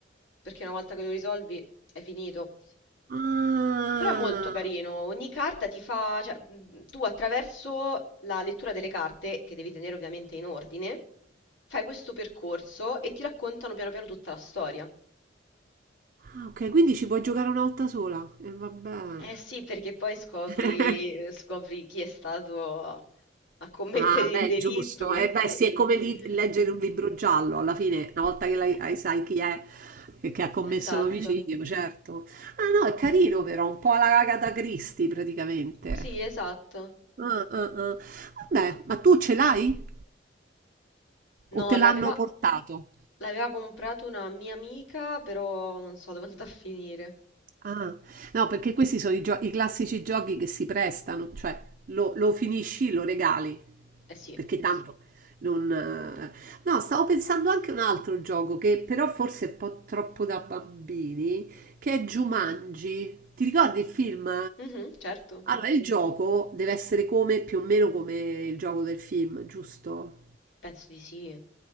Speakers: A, on the left; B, on the right.
A: perché una volta che lo risolvi è finito.
B: ah.
A: Però è molto carino, ogni carta ti fa... cioè, mh, tu attraverso la lettura delle carte, che devi tenere ovviamente in ordine, fai questo percorso e ti raccontano piano piano tutta la storia.
B: Ah, ok, quindi ci puoi giocare una volta sola. E vabbè.
A: Eh sì, perché poi scopri,
B: <laughs>
A: eh, scopri chi è stato a a commettere
B: Ah,
A: il
B: beh,
A: delitto,
B: giusto.
A: così.
B: Eh, beh, sì, è
A: <laughs>
B: come li- leggere un libro giallo, alla fine, una volta che l'hai-
A: Eh,
B: hai- sai chi è che, che ha commesso
A: Esatto.
B: l'omicidio, certo. Ah, no, è carino però, un po' alla Agatha Christie praticamente.
A: Sì, esatto.
B: Ah, ah, ah. Vabbè, ma tu ce l'hai?
A: No,
B: O te
A: l'aveva
B: l'hanno portato?
A: l'aveva comprato una mia amica, però non so dove è andata a finire.
B: Ah, no, perché questi sono i, gio- i classici giochi che si prestano, cioè lo, lo finisci, lo regali,
A: Eh sì.
B: perché Sì. tanto non... eh. No, stavo pensando anche a un altro gioco che però forse è un po' troppo da bambini, che è Jumanji. Ti ricordi il film?
A: Mhm, certo.
B: Allora, il gioco deve essere come, più o meno come il gioco del film, giusto?
A: Penso di sì.